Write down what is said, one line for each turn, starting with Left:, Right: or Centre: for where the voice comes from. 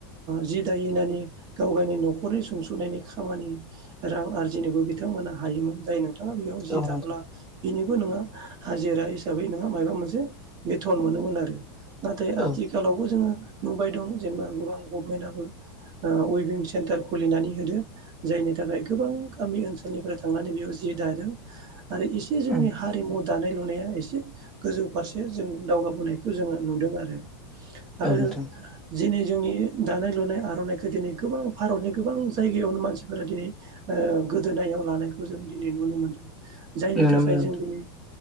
Right: जि ओ दायैनि गावगायनि नखरनि सुंसनायनि खामानि रां आरजिनोबो बे बिथांमोना हायोमोन जाय नोंथाङा बेयाव जि
Centre: औ
Right: दाबोना
Centre: नोंथां
Right: बिनि। नों हाजिरा हिसाबै नों मायबा मोनसे बेथन मोनोमोन आरो। नाथाय
Centre: औ
Right: आथिखालावबो जोङो। नुबाय दं जेनेबा गोबां गभमेन्टयाबो ओ उइभिं सेन्टार खुलिनानै होदो। जायनि थाखाय गोबां गामि ओनसोलनिफ्राय थांनानै बेयाव जि दादों। आरो एसे जोंनि
Centre: औ
Right: हारिमु। दानाय लुनाया एसे गोजौ फारसे जों दावगाबोनायखौ जोङो नुदों आरो। आरो
Centre: औ नोंथां
Right: दिनै जोंनि दानाय लुनाय आर'नाइखौ दिनै। गोबां भारनि गोबां जायगायावनो मानसिफोरा दिनै ओ गो गोदोनायाव लानायखौ जों दिनै नुनो मोनदों जायनि
Centre: नुनो
Right: थाखाय
Centre: मोनो
Right: जों दिनै